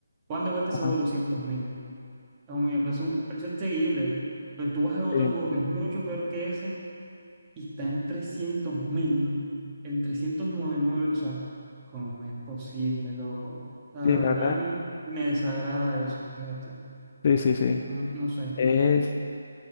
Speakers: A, on the right; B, on the left.
A: ¿Cuándo cuesta
B: Ajá.
A: ese juego? doscientos mil. A mí me parece un precio accesible. Pero tú vas a otro
B: Sí,
A: juego que es mucho peor que ese y está en trescientos mil, ¿no? En trescientos noventa y nueve o sea, ¿cómo es posible, loco? O sea,
B: sí,
A: la verdad
B: la verdad.
A: a mí me desagrada eso, fíjate.
B: Sí, sí, sí.
A: No, no sé.
B: Es,